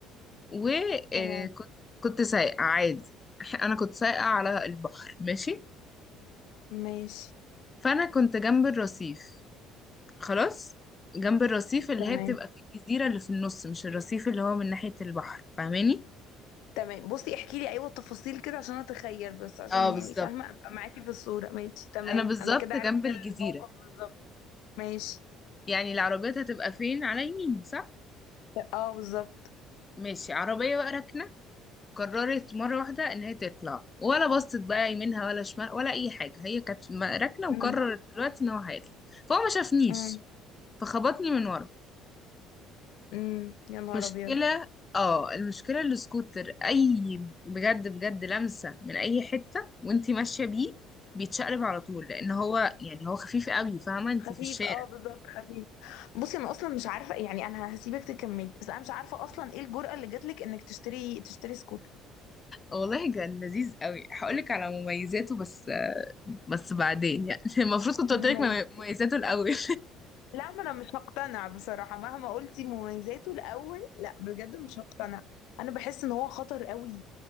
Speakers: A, on the left; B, on the left.
A: وكنت
B: تمام
A: كنت سايقة عادي <laughs> انا كنت سايقة على البحر ماشي
B: ماشي
A: فانا كنت جنب الرصيف خلاص جنب الرصيف اللي
B: تمام
A: هي بتبقى في الجزيرة اللي في النص مش الرصيف اللي هو من ناحية البحر فاهماني
B: تمام بصي احكي لي ايوه التفاصيل كده عشان اتخيل بس عشان
A: اه بالظبط
B: يعني فاهمه ابقى معاكي في الصوره ماشي تمام
A: انا بالظبط
B: انا كده عرفت
A: جنب الجزيرة
B: الموقف بالظبط ماشي
A: يعني العربيات هتبقى فين على يميني صح
B: اه بالظبط
A: ماشي عربية بقى راكنة قررت مرة واحدة ان هي تطلع ولا بصت بقى يمينها ولا شمال ولا اي حاجة هي كانت م- راكنة وقررت
B: امم
A: دلوقتي ان هو هيطلع فهو ما شافنيش
B: امم
A: فخبطني من ورا
B: امم يا نهار
A: مشكلة
B: ابيض
A: اه المشكلة السكوتر اي بجد بجد لمسة من اي حتة وانتي ماشية بيه بيتشقلب على طول لان هو يعني هو خفيف قوي فاهمة انتي
B: خفيف
A: في الشارع
B: اه بالظبط خفيف بصي انا اصلا مش عارفه يعني انا هسيبك تكملي بس انا مش عارفه اصلا ايه الجرأة اللي جاتلك انك تشتري تشتري سكوت
A: والله كان لذيذ قوي هقولك على مميزاته بس بس بعدين يعني <laughs> المفروض كنت قلتلك
B: ماشي
A: مميزاته الاول
B: لا ما انا مش هقتنع بصراحة مهما قلتي مميزاته الاول لا بجد مش هقتنع انا بحس ان هو خطر قوي